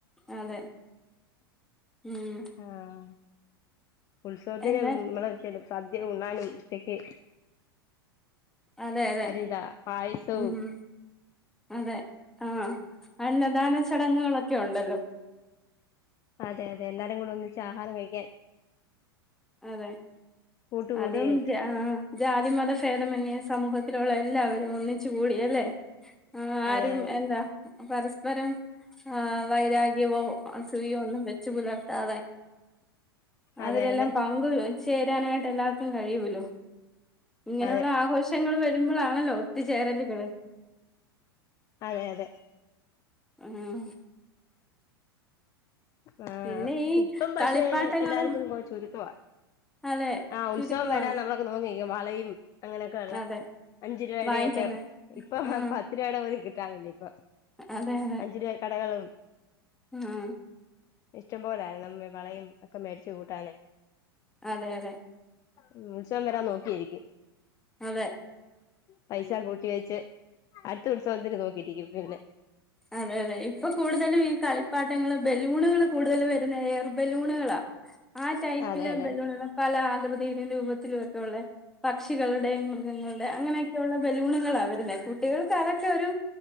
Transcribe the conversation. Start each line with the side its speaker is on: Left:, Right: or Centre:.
Centre: അതെ ഉം
Left: ആഹ് ഉത്സവത്തിന്
Centre: എന്നെ
Left: നമ്മെളെക്കെണ്ട് സദ്യ ഉണ്ണാനും ഉച്ചക്ക്
Centre: അതെ അതെ
Left: അരിതാ പായസോം
Centre: ഉം അതെ ആഹ് അന്നദാന ചടങ്ങുകളൊക്കെ ഒണ്ടല്ലോ
Left: അതെ അതെ എല്ലാരും കൂടെ ഒന്നിച്ച് ആഹാരം കഴിക്കാൻ
Centre: അതെ
Left: കൂട്ടുകൂടിയും
Centre: അതും ജാ ജാതിമത ഭേദമന്നേ സമൂഹത്തിലുള്ള എല്ലാവരും ഒന്നിച്ചു കൂടി അല്ലെ ആരും
Left: അതെ അതെ
Centre: എന്താ പരസ്പരം ആഹ് വൈരാഗ്യവോ അസുയയോ ഒന്നും വെച്ചു പുലർത്താതെ അതിലെല്ലാം
Left: അതെ അതെ
Centre: പങ്ക് ചേരാനായിട്ട് എല്ലാർക്കും കഴിയൂലോ ഇങ്ങനെയുള്ള
Left: അതെ
Centre: ആഘോഷങ്ങൾ വരുമ്പോൾ ആണല്ലോ ഒത്തുചേരലുകൾ
Left: അതെ അതെ
Centre: ആഹ്
Left: ആഹ്
Centre: പിന്നെ ഈ
Left: ഇപ്പം പക്ഷെ
Centre: കളിപ്പാട്ടങ്ങളും
Left: എല്ലാർക്കും കോ ചുരുക്കവാ
Centre: അതെ
Left: ആഹ്
Centre: ചുരുക്കമാണ്
Left: ഉത്സവം വരാൻ നമ്മളൊക്കെ നോക്കിക്കും വളയും അങ്ങനെയൊക്കെ ഉള്ള
Centre: അതെ
Left: അഞ്ചു രൂപയുടെ
Centre: വാങ്ങിക്കാനായി
Left: ഒക്കെ ഇപ്പൊ
Centre: ആ
Left: പത്ത് രൂപയുടെ പോലും കിട്ടാനില്ലേ ഇപ്പൊ
Centre: അതെ അതെ
Left: അഞ്ചരൂപ കടകളും
Centre: ആ
Left: ഇഷ്ടം പോലെ നമ്മ വളയും ഒക്കെ മേടച്ച് കൂട്ടാന്
Centre: അതെ അതെ
Left: ഉം ഉത്സവം വരാൻ നോക്കിയിരിക്കും
Centre: അതെ
Left: പൈസ കൂട്ടി വെച്ച് അടുത്ത ഉത്സവത്തിന് നോക്കിരിക്കും പിന്നെ
Centre: അതെ അതെ ഇപ്പൊ കൂടുതലും ഈ കളിപ്പാട്ടങ്ങള് ബലൂണുകള് കൂടുതല് വരുന്ന എയർ ബലൂണുകളാ ആഹ് ടൈപ്പിലെ
Left: അതെ അതെ
Centre: ബലൂണുകള് പല ആകൃതിയിലും രൂപത്തിലും ഒക്കെ ഒള്ളേ പക്ഷികളുടെയും മൃഗങ്ങളുടെ അങ്ങനെയൊക്കെയുള്ള ബലൂണുകളാ വരുന്നെ കുട്ടികൾക്ക് അതൊക്കെ ഒരു